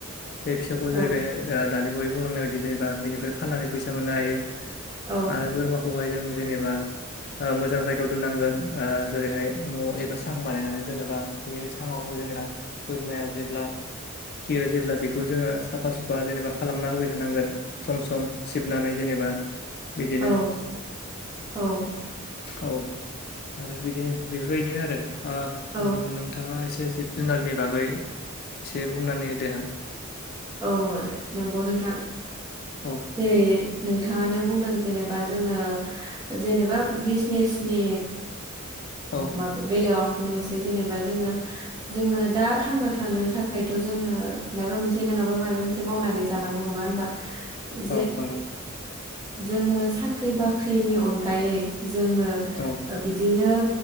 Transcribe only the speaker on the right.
औ
औ
औ औ
औ
औ नंगौ नोंथां
जेरै नोंथाङानो बुंदों जेनेबा जोङो जेनेबा बिजनेसनि
माब बेलायाव आं बुंनो सै जेबा जो ज दाां थ थाखाय जो मा मोन जे नङाबा माबा मोनसे मावनानै जानांगौ नङा होनबा जे
जोङो साख्रि बाख्रिनि अनगायै जोङो
बिदिनो